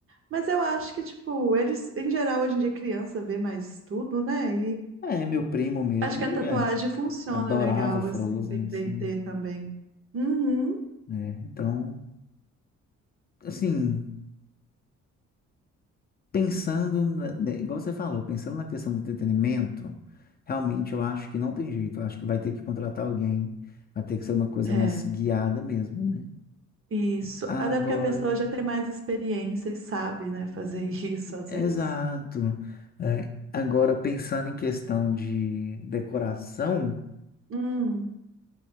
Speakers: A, on the right (about 45°); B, on the left (about 30°).
A: Mas eu acho que, tipo, eles, em geral, hoje em dia, criança vê mais tudo, né? E
B: É, meu primo mesmo,
A: acho que
B: ele
A: a tatuagem
B: é,
A: funciona
B: adorava
A: legal,
B: Frozen,
A: assim, pra entreter
B: assim,
A: também. Uhum.
B: né? Então, assim, pensando, na- né, igual você falou, pensando na questão do entretenimento, realmente eu acho que não tem jeito. Eu acho que vai ter que contratar alguém, vai ter que ser uma coisa
A: É,
B: mais guiada mesmo, né?
A: isso.
B: Agora.
A: Até porque a pessoa já tem mais experiência e sabe, né, fazer <laughs> isso às
B: Exato.
A: vezes.
B: É, agora, pensando em questão de decoração,
A: Hum,